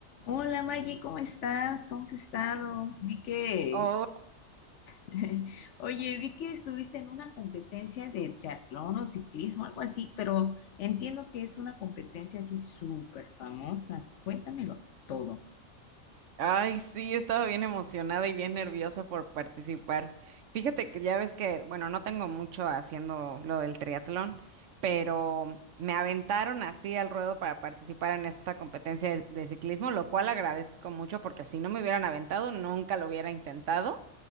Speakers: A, on the left; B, on the right.
A: Hola Maggie, ¿cómo estás? ¿Cómo has estado? Vi que,
B: Hola.
A: <laughs> oye, vi que estuviste en una competencia de triatlón o ciclismo, algo así, pero entiendo que es una competencia así súper famosa. Cuéntamelo todo.
B: Ay, sí, estaba bien emocionada y bien nerviosa por participar. Fíjate que ya ves que, bueno, no tengo mucho haciendo lo del triatlón, pero me aventaron así al ruedo para participar en esta competencia de de ciclismo, lo cual agradezco mucho porque si no me hubieran aventado, nunca lo hubiera intentado.